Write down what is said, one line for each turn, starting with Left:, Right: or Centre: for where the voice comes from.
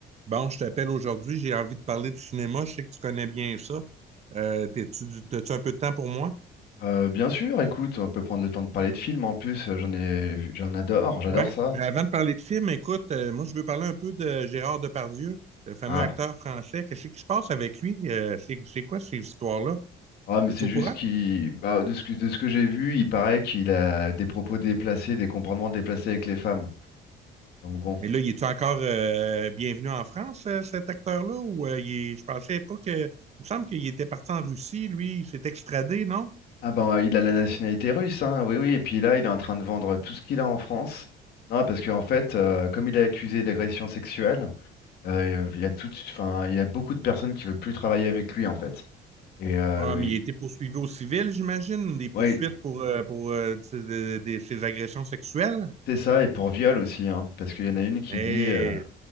Right: Bon, je t'appelle aujourd'hui, j'ai envie de parler de cinéma. Je sais que tu connais bien ça. Euh, t'es-tu, du- t'as-tu un peu de temps pour moi?
Left: Euh, bien sûr, écoute, on peut prendre le temps de parler de films. En plus, euh, j'en ai, vu- j'en adore, j'adore
Right: Oui.
Left: ça.
Right: Mais avant de parler de film, écoute, euh, moi, je veux parler un peu de Gérard Depardieu, le fameux
Left: Ah,
Right: acteur français. Qu'est-ce qui se passe avec lui? Euh, c'est, c'est quoi ces histoires-là?
Left: ah, mais
Right: Es-tu
Left: c'est
Right: au
Left: juste
Right: courant?
Left: qu'il, bah, de ce que, de ce que j'ai vu, il paraît qu'il a des propos déplacés, des comportements déplacés avec les femmes. Donc bon.
Right: Mais là, il est encore euh, bienvenu en France, euh, cet acteur-là? Ou euh, il est- je pensais pas que. Il me semble qu'il était parti en Russie, lui, il s'est extradé, non?
Left: Ah ben, euh, il a la nationalité russe, hein, oui, oui. Et puis là, il est en train de vendre tout ce qu'il a en France. Non, parce qu'en fait, euh, comme il est accusé d'agression sexuelle, euh, il y a tout, enfin, il y a beaucoup de personnes qui veulent plus travailler avec lui, en fait. Et euh,
Right: Ah, mais
Left: il-
Right: il a été poursuivi au civil, j'imagine, des poursuites
Left: ouais.
Right: pour, euh, pour euh, tu de- de- ses agressions sexuelles.
Left: C'est ça, et pour viol aussi, hein, parce qu'il y en a une qui
Right: Et
Left: dit, euh,